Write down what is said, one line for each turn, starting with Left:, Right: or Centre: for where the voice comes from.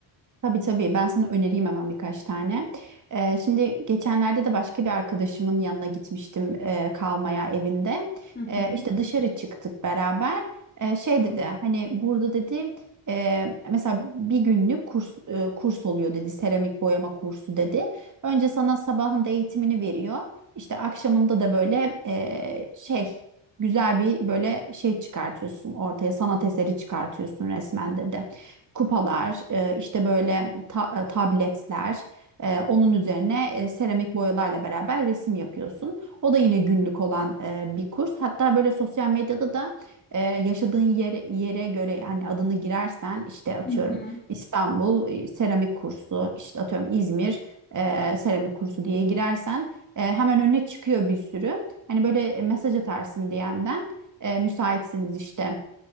Right: Tabii tabii ben sana önereyim hemen birkaç tane. Ee, şimdi geçenlerde de başka bir arkadaşımın yanına gitmiştim e, kalmaya evinde.
Left: Hı
Right: Ee,
Left: hı.
Right: işte dışarı çıktık beraber. Ee, şey dedi hani burada dedi e, mesela bir günlük kurs e, kurs oluyor dedi seramik boyama kursu dedi. Önce sana sabahında eğitimini veriyor. İşte akşamında da böyle e, şey güzel bir böyle şey çıkartıyorsun ortaya sanat eseri çıkartıyorsun resmen dedi kupalar, e, işte böyle ta- e, tabletler, e, onun üzerine e, seramik boyalarla beraber resim yapıyorsun. O da yine günlük olan e, bir kurs. Hatta böyle sosyal medyada da e, yaşadığın yere, yere göre yani adını girersen işte atıyorum
Left: Hı hı.
Right: İstanbul e, seramik kursu, işte atıyorum İzmir e, seramik kursu diye girersen e, hemen önüne çıkıyor bir sürü. Hani böyle mesaj atarsın DM'den e, müsaitsiniz işte